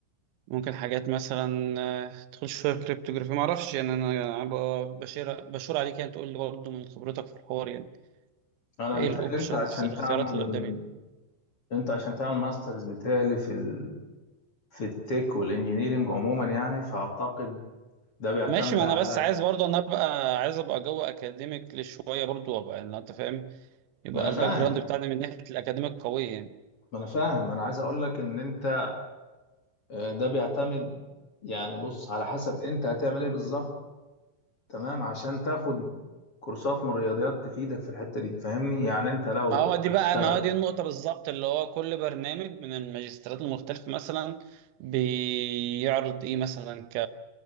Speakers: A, on the right (about 90°); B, on the left (about 35°).
A: ممكن حاجات مثلا آه، تدخل شويه كريبتوغرافي ما اعرفش يعني انا أنا ب- بشير بشور عليك يعني تقول لي برضه من خبرتك في الحوار يعني
B: انا
A: ايه
B: بيتهيألي
A: الاوبشنز
B: انت عشان
A: الاختيارات
B: تعمل
A: اللي قدامي
B: انت عشان تعمل ماسترز بيتهيألي في ال... في التك والانجينيرينج عموما يعني فاعتقد ده بيعتمد
A: ماشي ما
B: على
A: انا بس عايز برضه انا ابقى عايز ابقى جو اكاديميك لشويه برضه وابقى يعني انت فاهم يبقى
B: ما انا
A: الباك
B: فاهم
A: جراوند بتاعنا من ناحيه الاكاديميك قويه يعني
B: ما انا فاهم ما انا عايز اقول لك ان انت آه، ده بيعتمد يعني بص على حسب انت هتعمل ايه بالظبط تمام عشان تاخد كورسات من الرياضيات تفيدك في الحتة دي فاهمني يعني انت لو
A: ما هو دي
B: هتشتغل
A: بقى ما هو دي النقطه بالظبط اللي هو كل برنامج من الماجستيرات المختلفه مثلا بيعرض ايه مثلا ك